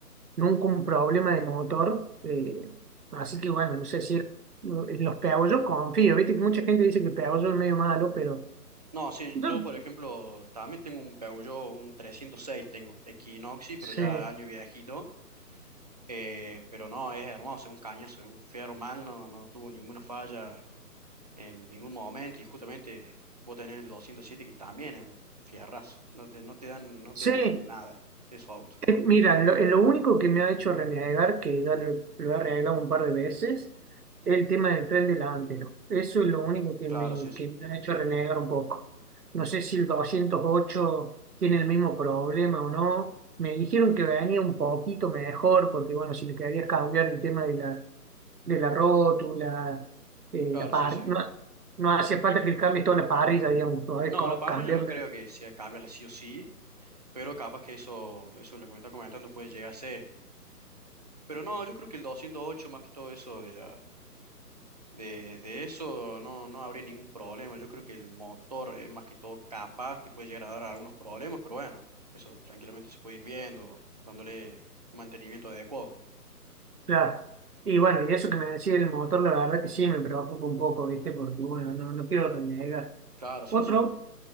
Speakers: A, on the right (about 70°); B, on the right (about 25°).
A: nunca un problema de motor. eh, así que bueno, no sé si es- en los peabollos confío, ¿viste? Que mucha gente dice que el peabollo es medio malo, pero
B: No, sí,
A: yo
B: yo por ejemplo también tengo un Peugeot, un 306 tengo, Equinoxi, pero
A: sí,
B: ya año viejito, eh, pero no, es hermoso, es un cañazo, es un fierro mal, no, no tuvo ninguna falla en ningún momento y justamente vos tenés el 207 que también es un fierrazo, no te, no te dan, no
A: sí,
B: te dan nada esos autos.
A: Eh, Mira, lo, en lo único que me ha hecho renegar, que ya lo, lo he renegado un par de veces, es el tema del tren delantero. Eso es lo único que
B: Claro,
A: me,
B: sí, sí,
A: que me ha hecho renegar un poco. No sé si el 208 tiene el mismo problema o no. Me dijeron que venía un poquito mejor, porque bueno, si le querías cambiar el tema de la, de la rótula, eh,
B: claro,
A: la par,
B: sí, sí.
A: no, no hace falta que le cambies toda la parrilla, digamos, podés
B: No,
A: co-
B: la parrilla
A: cambiar
B: yo no creo que sea cambiarla sí o sí, pero capaz que eso, eso es lo que me está comentando puede llegar a ser. Pero no, yo creo que el 208 más que todo eso de la de, de eso no, no habría ningún problema. Yo creo que el motor es más que todo capaz, te puede llegar a dar algunos problemas, pero bueno, eso tranquilamente se puede ir viendo, dándole un mantenimiento adecuado.
A: Claro. Y bueno, y eso que me decía el motor, la verdad que sí me preocupa un poco, ¿viste? Porque bueno, no, no quiero renegar.
B: Claro, sí,
A: Otro,
B: sí.